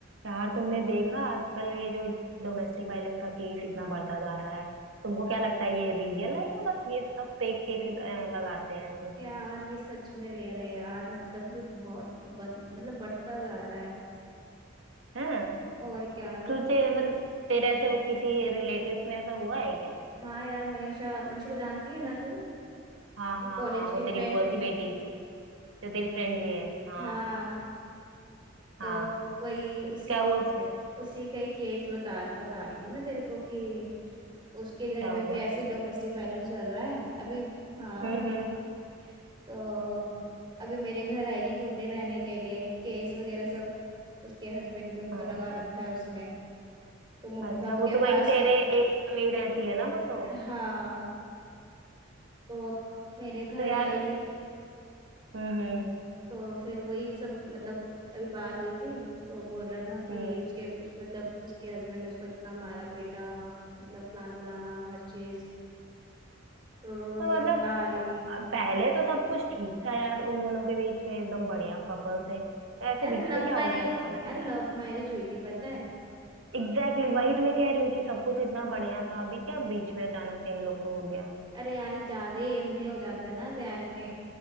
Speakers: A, on the right; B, on the right.
A: यार तुमने देखा आजकल ये जो डोमेस्टिक वायलेंस का केस इतना बढ़ता जा रहा है तुमको क्या लगता है ये रियल है या बस ये सब फेक केसेस लगाते हैं ऐसे
B: यार ये सच में रियल है यार मतलब ये बहुत बन, मतलब बढ़ता जा रहा है
A: हैं
B: और क्या वो
A: तुझे मतलब तेरे ऐसे वो किसी रिलेटिव में ऐसा हुआ है क्या
B: हाँ यार मनीषा मनीषा को जानती है ना तू
A: हाँ
B: मेरी
A: हाँ
B: कॉलेज
A: हाँ
B: की
A: वो तेरी
B: फ्रेंड
A: बुआ की बेटी जो तेरी फ्रेंड भी है हाँ
B: हाँ तो
A: हाँ
B: वही उसी
A: क्या
B: का
A: हुआ
B: ही-
A: उसके साथ?
B: उसी का ही केस बता बता रही थी मैं तेरे को कि उसके घर
A: क्या
B: में
A: हुआ
B: भी ऐसी डोमेस्टिक वायलेंस चल रहा है अभी हाँ
A: हम्म
B: वही
A: हम्म
B: तो अभी मेरे घर आएगी कुछ दिन रहने के लिए केस वगैरह सब उसके हस्बैंड के ऊपर
A: हाँ
B: लगा
A: हाँ।
B: रखा है उसने तो मम्मी
A: अच्छा
B: पापा
A: वो
B: के
A: तो वही
B: पास
A: तेरे एरिया में ही रहती है ना वो तो
B: हाँ तो
A: हाँ
B: अब मेरे घर
A: तो यार
B: आएगी
A: हम्म हम्म
B: तो फिर वही सब मतलब अभी बात हुई थी तो बोल रहा था कि
A: हम्म
B: उसके उस मतलब उसके हस्बैंड ने उसको इतना मारा पीटा मतलब फलाना वलाना हर चीज रो रो रो
A: तो
B: के
A: मतलब
B: बता रही थी
A: पहले तो सब कुछ ठीक था यार उन दोनों के बीच में एकदम बढ़िया कपल थे तो ऐसे
B: यार
A: बीच
B: लव
A: में क्या
B: मैरिज
A: हो गया अचानक
B: में यार
A: से
B: लव मैरिज हुई थी पता है
A: एग्जैक्टली exactly, वही तो मैं कह रही हूँ कि सब कुछ इतना बढ़िया था अभी क्या बीच में अचानक से इन लोग को हो गया
B: अरे यार ये ज्यादा ही अंधे हो जाते हैं ना प्यार में